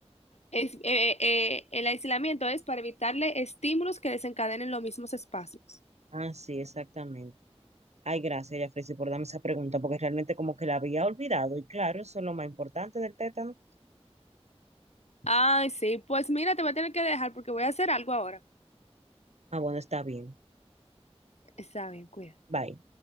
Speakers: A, on the left (about 80°); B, on the right (about 80°).
A: es, eh, eh, el aislamiento es para evitarle estímulos que desencadenen los mismos espasmos.
B: Ah, sí, exactamente. Ay, gracias, Yafresi, por darme esa pregunta, porque realmente como que la había olvidado, y claro, eso es lo más importante del tétano.
A: Ay, sí, pues mira, te voy a tener que dejar porque voy a hacer algo ahora.
B: Ah, bueno, está bien.
A: Está bien, cuida.
B: Bye.